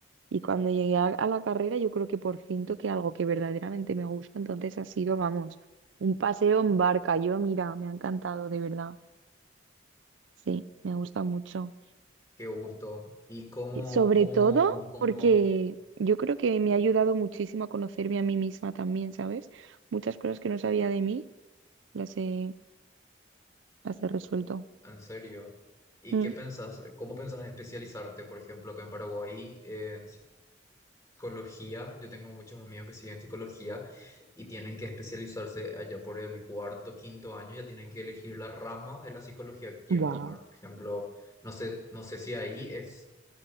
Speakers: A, on the right; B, on the left.
A: Y cuando llegué a, a la carrera, yo creo que por fin toqué algo que verdaderamente me gusta, entonces ha sido, vamos, un paseo en barca. Yo, mira, me ha encantado, de verdad. Sí, me gusta mucho.
B: qué gusto. ¿Y cómo,
A: Y sobre
B: cómo,
A: todo
B: cómo,
A: porque yo creo que me ha ayudado muchísimo a conocerme a mí misma también, ¿sabes? Muchas cosas que no sabía de mí. Las he, Ya se resuelto.
B: en serio? ¿Y
A: Mm.
B: qué pensás, cómo pensás especializarte? Por ejemplo, acá en Paraguay, eh, en psicología, yo tengo muchos amigos que siguen psicología y tienen que especializarse allá por el cuarto, quinto año, ya tienen que elegir la rama de la psicología que quieren
A: Wow.
B: tomar. Por ejemplo, no sé, no sé si ahí es.